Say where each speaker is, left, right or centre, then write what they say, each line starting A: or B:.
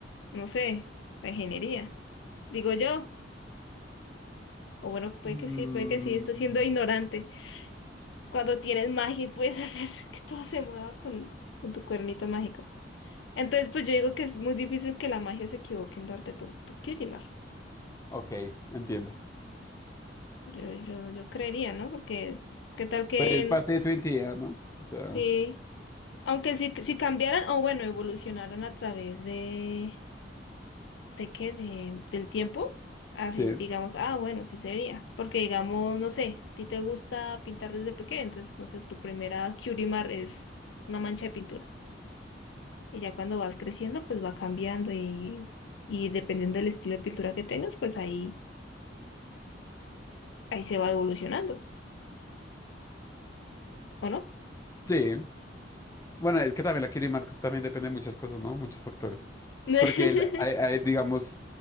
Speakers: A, on the left; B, on the left.
A: no sé, la ingeniería? Digo yo. O bueno, puede
B: Mm,
A: que sí, puede que sí, estoy siendo ignorante. Cuando tienes magia y puedes hacer <laughs> que todo se mueva con, con tu cuernito mágico. Entonces, pues yo digo que es muy difícil que la magia se equivoque en darte tu, tu Kizimar.
B: ok, entiendo.
A: Yo, yo, yo creería, ¿no? Porque qué tal que
B: Pues es parte de tu identidad, ¿no? O sea,
A: sí, aunque si, si cambiaran, o bueno, evolucionaran a través de, ¿de qué? De, del tiempo, así
B: sí,
A: digamos, ah, bueno, sí sería. Porque digamos, no sé, a ti te gusta pintar desde pequeño, entonces, no sé, tu primera Curimar es una mancha de pintura. Y ya cuando vas creciendo, pues va cambiando y, y dependiendo del estilo de pintura que tengas, pues ahí, ahí se va evolucionando, ¿o no?
B: sí. Bueno, es que también la Kirimark también depende de muchas cosas, ¿no? Muchos factores.
A: <laughs>
B: Porque, la- hay, hay, digamos,